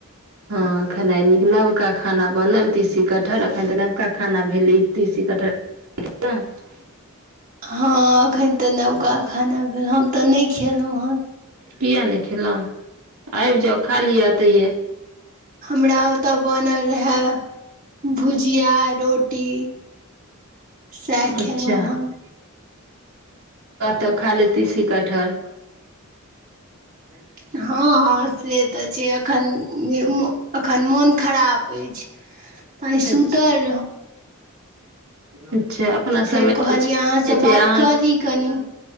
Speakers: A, on the right; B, on the right.
A: हँ खना न लत। <unintelligible> नबका खाना बनल तीसी कटहल एखन तऽ नबका खाना भेल ई तीसी कटह। <unintelligible>
B: हँ अखन ते नवका खाना भेल। <unintelligible> तऽ नहि खेलहु हन। <unintelligible>
A: कि आनख ल। <unintelligible> आबि जाउ खाली तऽये। <unintelligible>
B: हमरा ओतय बनल रहए। <unintelligible> भुजिया। <unintelligible> रो। <unintelligible> ुटी सेखनोहन।
A: अच्छा
B: <unintelligible>
A: तऽ खाली तीसी क ठर। <unintelligible>
B: हँ- हँ से तऽ छै एखन- एखन मोन- खराब अछि। आइ सुतल
A: अच्छा। <unintelligible> <unintelligible>
B: तऽ फेर
A: समय
B: कहलियै अहाँसँ
A: जे
B: बात
A: अहाँ
B: कऽ ली कनि। <unintelligible>